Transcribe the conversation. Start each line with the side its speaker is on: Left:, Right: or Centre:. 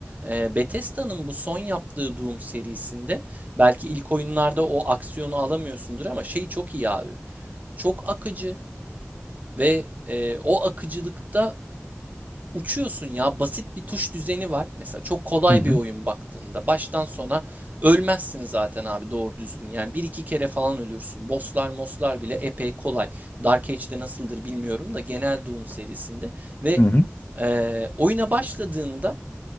Right: Ee, Bethesda'nın bu son yaptığı Doom serisinde belki ilk oyunlarda o aksiyonu alamıyorsundur ama şey çok iyi abi. Çok akıcı ve e, o akıcılıkta uçuyorsun ya. Basit bir tuş düzeni var. Mesela çok kolay
Left: Hı hı.
Right: bir oyun baktığında. Baştan sona ölmezsin zaten abi doğru düzgün. Yani bir iki kere falan ölürsün. Bosslar moslar bile epey kolay. Dark Age'de nasıldır bilmiyorum da genel Doom serisinde. Ve
Left: Hı hı.
Right: eee, oyuna başladığında